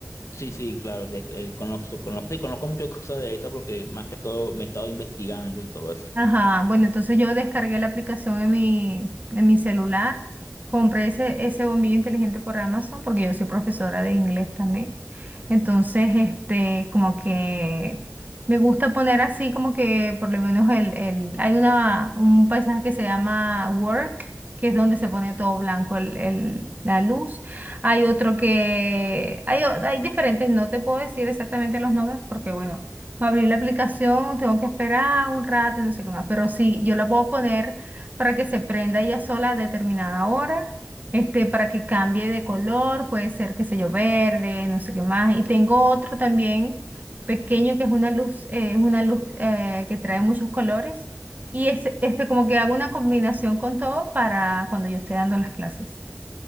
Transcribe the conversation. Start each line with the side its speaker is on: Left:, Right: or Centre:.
Left: Sí, sí, claro, de- eh, conozco, conozco, sí, conozco muchas cosas de eso porque más que todo me he estado investigando y todo eso.
Right: Ajá, bueno, entonces yo descargué la aplicación en mi, en mi celular, compré ese, ese bombillo inteligente por Amazon porque yo soy profesora de inglés también. Entonces, este, como que me gusta poner así como que por lo menos el, el, hay una, un paisaje que se llama Work, que es donde se pone todo blanco el, el- la luz. Hay otro que, hay, o- hay diferentes, no te puedo decir exactamente los nombres porque bueno. Para abrir la aplicación tengo que esperar un rato y no sé qué más, pero sí, yo la puedo poner para que se prenda ella sola a determinada hora, este, para que cambie de color, puede ser, qué sé yo, verde, no sé qué más. Y tengo otro también pequeño que es una luz, eh, es una luz eh, que trae muchos colores y este, este como que hago una combinación con todo para cuando yo esté dando las clases.